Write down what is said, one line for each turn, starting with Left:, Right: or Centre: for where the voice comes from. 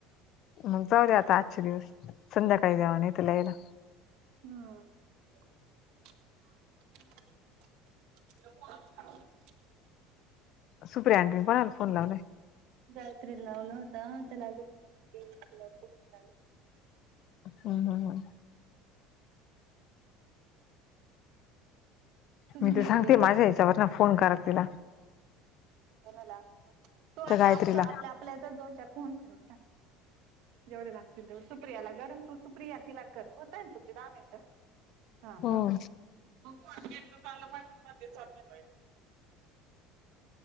Left: मग जाऊ देे आता आजचे दिवस संध्याकाळी द्यावा न त्यालायला
Right: हम्
Left: सुप्रियाँटनी म्हणाला फोन लावला
Right: गायत्री लावला होता ते लागत नाहीती फोन लाग
Left: हम् हम् हम
Right: तुझ
Left: मी
Right: नेट
Left: तर सांगते
Right: गेला
Left: माझ्या
Right: असल
Left: हेच्यावर ना फोन करा तिला.
Right: कोणाला तो
Left: त्या
Right: आता
Left: गायत्रीला
Right: आमच्या आपल्या आपल्याचाच दोन चार फोन करून टाक. जेवढे लागतील तेवढे सुप्रियाला गरंत तू सुप्रिया तिला कर होतय ना तुम दहा मिनट. हा मग
Left: हो
Right: मग चलं महि मध्ये चालल व्हाय.